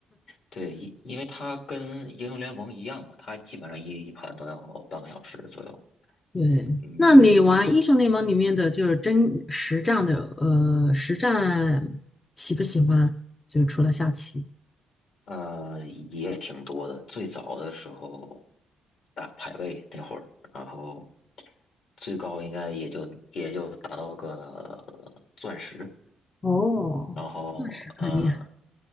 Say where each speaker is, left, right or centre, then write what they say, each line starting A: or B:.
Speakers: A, on the left; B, on the left.
A: 对，因因为它跟英雄联盟一样嘛，它基本上一一盘都要半个小时左右。
B: 对，
A: 嗯，
B: 那你玩英雄联盟里面的就是真实战的，呃，实战喜不喜欢？就除了下棋，
A: 呃，也挺多的。最早的时候打排位那会儿，然后最高应该也就也就打到个呃钻石，
B: 哦，
A: 然后呃，
B: 钻石肯定很